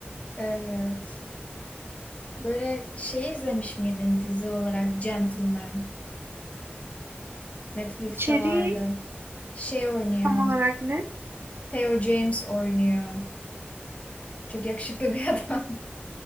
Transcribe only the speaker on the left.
Evet. Böyle şey izlemiş miydin dizi olarak Gentleman? Netflix'te
vardı. Şey oynuyor.
Theo James oynuyor. Çok yakışıklı bir adam.